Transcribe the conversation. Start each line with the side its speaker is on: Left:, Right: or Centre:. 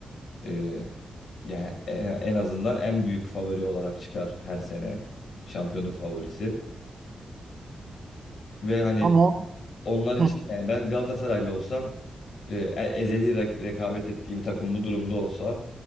Left: E, yani en en azından en büyük favori olarak çıkar her sene. Şampiyonluk favorisi. Ve hani
Right: Ama o-
Left: onlar için
Right: hı,
Left: yani ben Galatasaraylı olsam e, e- ezeli re- rekabet ettiğim takım bu durumda olsa